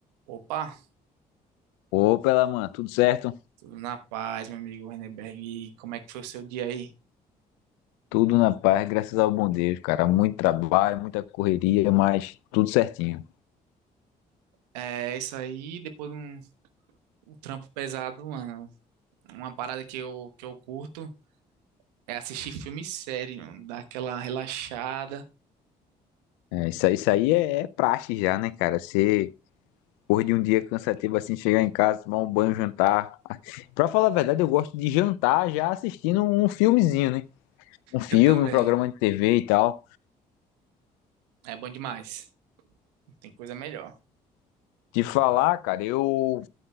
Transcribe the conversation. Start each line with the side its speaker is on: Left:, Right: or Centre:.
Right: Opa,
Left: Opa, ela, mano, tudo certo?
Right: tudo na paz, meu amigo Renenberg. E como é que foi o seu dia aí?
Left: Tudo na paz, graças ao bom Deus, cara. Muito trabalho, muita correria, mas tudo certinho.
Right: É isso aí, depois de um, um trampo pesado, mano. Uma parada que eu, que eu curto é assistir filme sério, mano, dar aquela relaxada.
Left: É, isso, aí- isso aí é, é praxe já, né, cara? Você, por de um dia cansativo assim, chegar em casa, tomar um banho, jantar. <laughs> Pra falar a verdade, eu gosto de jantar já assistindo um filmezinho, né? Um filme,
Right: Eu também.
Left: um programa de TV e tal.
Right: É bom demais. Não tem coisa melhor.
Left: De falar, cara, eu